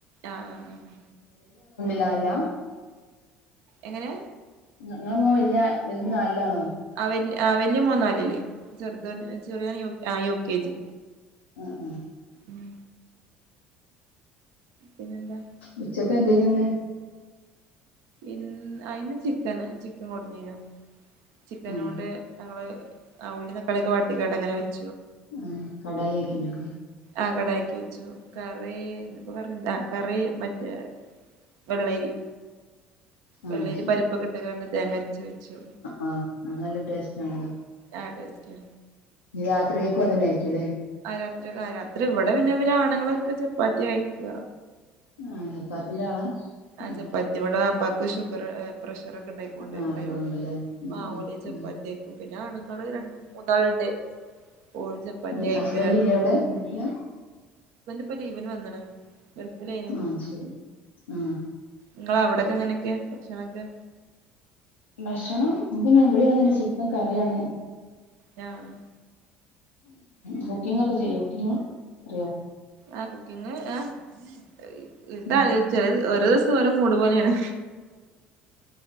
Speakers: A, on the right (about 55°); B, on the left (about 75°).
A: ആഹ്
B: ലാല്ല
A: എങ്ങനെ
B: നിങ്ങളെ മോൻ വല്യയ വല് നലിലാണോ
A: ആഹ് വലിയ മോനൻ നാലില് ചെറുത് ചെറിയോൻ യുകെജി
B: ഏഹ് ഏഹ്
A: ഉം പിന്നെന്താ
B: ഉച്ചക് എന്തേഞ്ന്ന്
A: ഇൻ അയിന് ചിക്കന് ചിക്കൻ കോടന്നീനു ചിക്കനോണ്ട്
B: ആഹ്
A: ഞങ്ങള് ആ ഉള്ളീം തക്കാളിയൊക്കെ വട്ടിക്കാട്ടെ അങ്ങനെ വെക്
B: ഉം കടായി ആക്കി ണ്ടാവുലേ
A: ആ കടായി ആക്കി വെച്ചു. കറീ ഇന്നിപ്പം <unintelligible> കറി മറ്റേ വെള്ളരി
B: ആഹ്
A: വെള്ളരി
B: ശരി
A: പരിപ്പൊകെട്ട് കാണ്ട് തേങ്ങര്ച് വെച്ചു
B: ആഹ ആഹ് നല്ല ടേസ്റ്റ് ആണല്ലോ
A: ആഹ് ടേസ്റ്റാ
B: ന്ന് രാത്രിയേക്കു അതന്നായിരിക്കുല്ലേ
A: രാത്രിയൊകായാലാ രാത്രി ഇവിടെ പിന്നെ ഇവരാ ആണങ്ങളൊക്കെ ചപ്പാത്തി കഴിക്ക
B: ആഹ് ചപ്പാത്തിന്റെ ആളാ
A: ആഹ്
B: ഉം
A: ചപ്പാത്തി ഇവിടെ വാപ്പാക്ക് ഷുഗർ എഹ് പ്ര ഷറൊക്കെ ണ്ടായികോണ്ട്
B: ആഹ്
A: ണ്ടായോണ്ട്
B: ഉള്ളോണ്ടല്ലേ ഉം
A: ആഹ്
B: ഉം
A: ഓല് ചപ്പാത്തിയ്ക്കും
B: ഉം
A: പിന്നെ ആണുങ്ങൾ രണ്ട് മൂന്നാളുണ്ട് ഓരും ചപ്പാത്തി
B: ഉം
A: കഴിക്ക
B: ഹസ്ബന്റ്
A: രാത്രി
B: ഇല്ലേവിടെ? ഗൾഫിലാ
A: ഇപ്പൊ ലീവിന് വന്ന്ണ് ഗൾഫിലേനു
B: ആഹ് ശരി ആഹ്
A: ങ്ങളാവിടൊക്കെ ങ്ങനെയൊക്ക്യാ ഭക്ഷണൊക്കെ
B: ഭക്ഷണം ഇൻക്ക്ന്റെവിടെ ങ്ങൻതന്നെ ചിക്കൻ കറിയാണ്
A: ഞാഹ്
B: കുക്കിംഗ് ഒക്കെ ചെയ്യോ കുക്കിംഗ് അറിയോ?
A: ആഹ് കുക്കിംഗ് എഹ് <unintelligible>
B: ഉം
A: ഓരോസ് തും ഓരോ മൂട് പോലേണ്